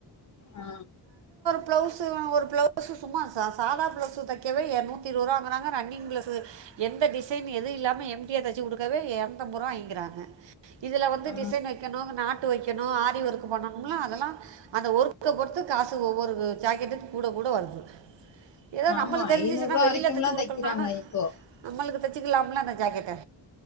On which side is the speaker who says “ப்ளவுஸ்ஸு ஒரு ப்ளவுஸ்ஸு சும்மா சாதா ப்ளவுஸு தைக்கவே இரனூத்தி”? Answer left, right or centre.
Right